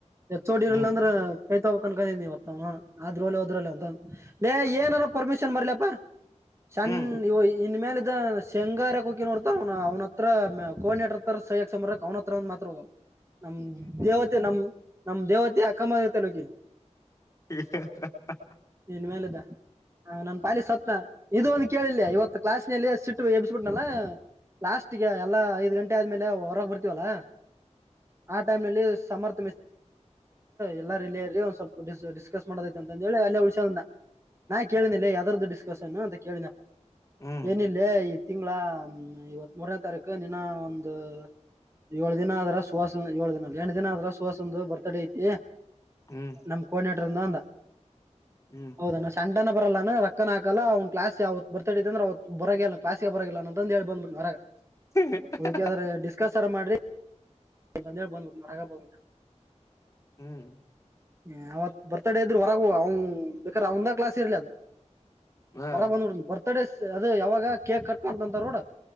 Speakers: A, on the right; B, on the left.
A: ಹೆಚ್ಚೋಡಿ ಇರಲ್ಲ
B: ಹ್ಮ್
A: ಅಂದ್ರೆ ಕೈತಾ ಕನ್ಕೀನಿವತ್ತ ಆದ್ರ ಒಲೆ ಹೋದ್ರಲ್ಲ ಅಂತ ಲೇ ಏನಾರ ಪರ್ಮಿಷನ್ ಬರ್ಲಪ್ಪಾ ಸಣ್ಣ
B: ಹ್ಮ್
A: ಇನ್ಮೇಲೆ ಇದ ಶೇಂಗಾರ ಕು ನೋಡ್ತ ಅವ್ ಅವ್ನತ್ರ ಕೋಡಿನ ಹತ್ರ ಶೈನ್ ಆಕ್ಷನ್ ಬರಕ್ಕೆ ಅವನತ್ರ ಒ ಮಾತ್ರ ಹೋಗ ನಮ್ ದೇವತೆ ನಮ ನಮ್ ದೇವತೆ ಅ ಕಮದ ತಾಲೂಕ
B: <inaudible> <unintelligible>
A: ಇನ್ಮೇಲಿಂದ ಹ ನನ್ ಪಾಯಿಲಿ ಸತ್ನ ಇದು ಒಂದು ಕೇಳಿಲ್ಲಯ ಇವತ್ತು ಕ್ಲಾಸ್ ನಲ್ಲಿ ಸಿಟ್ಟು ಎಬ್ಸ್ಬಿಟ್ಟನಲ್ಲ ಲಾಸ್ಟ್ಗೆ ಎಲ್ಲಾ ಐದ್ ಗಂಟೆ ಆದ್ಮೇಲೆ ಹೊರಗೆ ಬರ್ತೀವಲ್ಲ ಆ ಟೈಮ್ಲ್ಲಿ ಸಮರ್ ಎಲ್ಲರೂ ಇಲ್ಲೇ ರೀ ಸ್ವಲ್ಪ ಡಿಸ್ಕಸ್ ಮಾಡೇ ಅಂತ ಅಲ್ಲೇ ಉಳಿಸಿಕೊಂಡಿದ್ದ <inaudible> ನಾ ಕೇಳನಿ ಯದರದ್ದು ಡಿಸ್ಕಸನ್ ಅಂತ ಕೇಳಿನಪ್ಪ
B: ಹ್ಮ್
A: ಏನಿಲ್ಲ ಈ ತಿಂಗಳ ಇವತ್ ಮೂರೆ ತಾರೀಕು ನಿನ ಒಂದು ಏಳ ದಿನ ಆದ್ರ ಸುವಾಸುಂದ್ ಏಳ ದಿನ ಎಂಟ್ ದಿನ ಆದ್ರ ಸುವಾ ಸುಂದು ಬರ್ತಡೆ ಇ ಏ
B: ಹ್ಮ್ ಹ್ಮ್
A: ನಮ್ ಕೋಆಡಿನೇಟರ್ಂದ ಅಂದ
B: ಹ್ಮ್
A: ಹೌದೆನ ತಂಡನೆ ಬರಲ್ಲೇನು ರಕ್ಕನ ಹಾಕಲ್ಲ ಅವ್ ಕ್ಲಾಸ್ ಅವತ್ ಬರ್ತಡೆ ಇತ್ತಂದ್ರ ಅವತ್ ಬರಗೆ ಇಲ್ಲ ಕ್ಲಸ್ಗೆ ಬರಲ್ಲ ಅಂದ್ ಹೇ <unintelligible> ಹೋರಾಗ್
B: ಹಾ
A: <unintelligible>
B: ಹಾ
A: ಡಿಸ್ಕಸ್ ಅರ ಮಾಡ್ರಿ <unintelligible>
B: ಹ್ಮ್
A: ಹ ಅವತ್ ಬರ್ತಡ ಇದ್ರ ಹೊರಗ ಅವ್ ಬೇಕರೆ ಅವನ್ದೆ ಕ್ಲಾಸ್ ಇರ್ಲಿ ಅದು.
B: ಹಾ
A: ಹೊರ ಬಂದ್ಬಡಿನ್ ಬರ್ತಡೇ ಅದು ಯಾವಾಗ ಕೇಕ್ ಕಟ್ ಮಾಡ್ದಂತಾರ ನೋಡು.